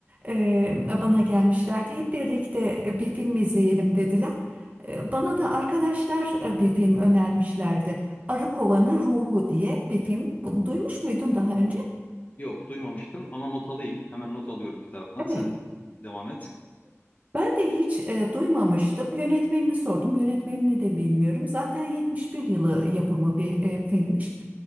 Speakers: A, on the right; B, on the left.
A: e, bana gelmişlerdi. Hep birlikte e, bir film izleyelim dediler. E, bana da arkadaşlar e, bir film önermişlerdi. Arı Kovanı Ruhu diye bir film. Bunu duymuş muydun daha önce?
B: Yok, duymamıştım ama not alayım. Hemen not alıyorum bir taraftan. Sen
A: evet
B: devam et.
A: Ben de hiç e, duymamıştım. Yönetmenini sordum. Yönetmenini de bilmiyorum. Zaten 71 yılı yapımı bir e, filmmiş.